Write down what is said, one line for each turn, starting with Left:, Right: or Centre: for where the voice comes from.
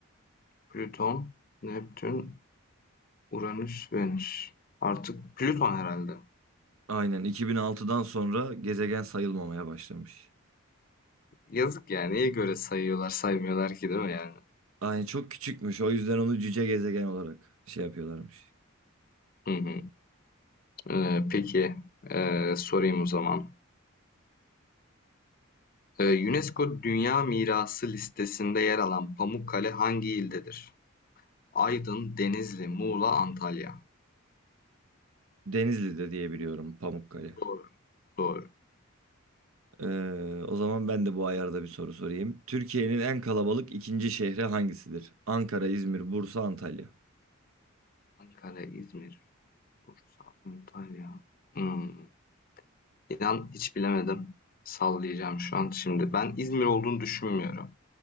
Left: Plüton, Neptün, Uranüs, Venüs. Artık Plüton herhalde.
Right: Aynen 2006'dan sonra gezegen sayılmamaya başlamış.
Left: Yazık yani. Neye göre sayıyorlar, saymıyorlar ki değil mi yani?
Right: Aynen çok küçükmüş. O yüzden onu cüce gezegen olarak şey yapıyorlarmış.
Left: Hı hı. Ee, peki ee, sorayım o zaman. Ee, UNESCO Dünya Mirası listesinde yer alan Pamukkale hangi ildedir? Aydın, Denizli, Muğla, Antalya.
Right: Denizli'de diye biliyorum Pamukkale.
Left: Doğru. Doğru.
Right: Ee, o zaman ben de bu ayarda bir soru sorayım. Türkiye'nin en kalabalık ikinci şehri hangisidir? Ankara, İzmir, Bursa, Antalya.
Left: Ankara, İzmir, Bursa, Antalya. Hmm. İnan hiç bilemedim. Sallayacağım şu an şimdi. Ben İzmir olduğunu düşünmüyorum.